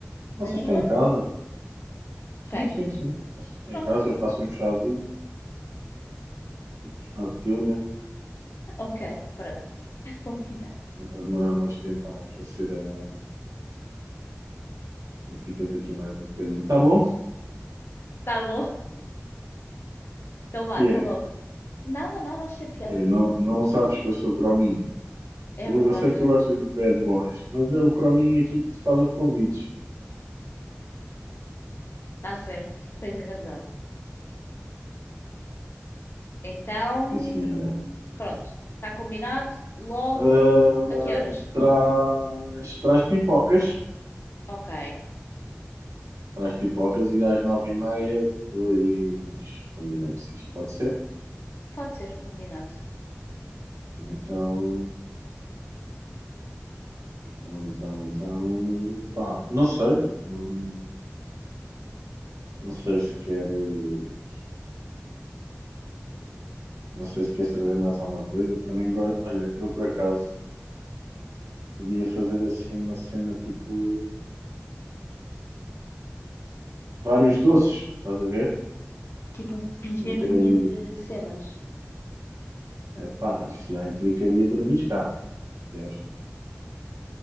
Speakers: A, on the right; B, on the left.
A: Passas
B: Na tua?
A: cá em casa? Sim,
B: Ok,
A: sim, sim. Passas cá
B: pronto.
A: em casa, eu faço um chazinho, um chá de telha.
B: Ok, pronto. <laughs> Está combinado.
A: É para demorar mais tempo a aquecer a água. E ficas aqui mais um bocadinho. Tá bom?
B: Tá bom. Então vá,
A: Que
B: até
A: é?
B: logo. Nada, nada, achei piada.
A: Que é? Não, não sabes que eu sou crominho.
B: É
A: Eu
B: verdade,
A: eu sei que
B: é
A: tu gostas
B: verdade.
A: dos bad boys, mas é o Crominho aqui que te faz os convites.
B: Está certo, tens razão. Então,
A: Sim, senhora.
B: pronto. Está combinado. Logo,
A: Ah,
B: a que horas?
A: traz, traz pipocas.
B: Ok.
A: Traz pipocas e às nove e meia depois combinamos isto, pode ser?
B: Pode ser, combinado.
A: Então, então, então, então, pá, não sei. Hum, Não sei se quer, eh, não sei se queres trazer mais alguma coisa. Também gosto, olha, eu por acaso podia fazer assim uma cena tipo vários doces, estás a ver?
B: Tipo um pijaminha
A: meter ali.
B: de cenas.
A: Epá, isso já implicaria dormir cá. Se queres,